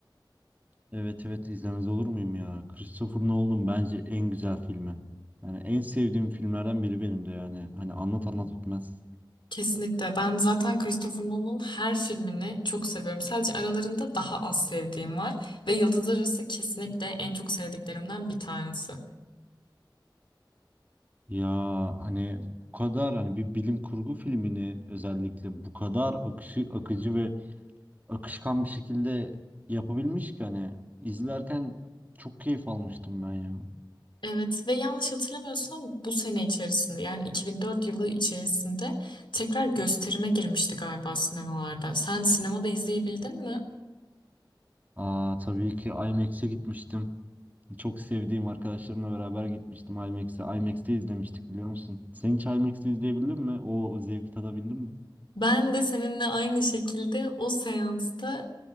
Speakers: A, on the right (about 20°); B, on the left (about 75°).
A: Evet evet izlemez olur muyum ya? Christopher Nolan'ın bence en güzel filmi. Yani en sevdiğim filmlerden biri benim de yani. Hani anlat anlat bitmez.
B: Kesinlikle. Ben zaten Christopher Nolan'ın her filmini çok seviyorum. Sadece aralarında daha az sevdiğim var ve Yıldızlar Arası kesinlikle en çok sevdiklerimden bir tanesi.
A: Ya hani bu kadar hani bir bilim kurgu filmini özellikle bu kadar akışı, akıcı ve akışkan bir şekilde yapabilmiş ki hani izlerken çok keyif almıştım ben ya.
B: Evet ve yanlış hatırlamıyorsam bu sene içerisinde yani 2004 yılı içerisinde tekrar gösterime girmişti galiba sinemalarda. Sen sinemada izleyebildin mi?
A: Aa tabii ki IMAX'e gitmiştim. Çok sevdiğim arkadaşlarımla beraber gitmiştim IMAX'e. IMAX'te izlemiştik biliyor musun? Sen hiç IMAX'te izleyebildin mi? O zevki tadabildin mi?
B: Ben de seninle aynı şekilde o seansta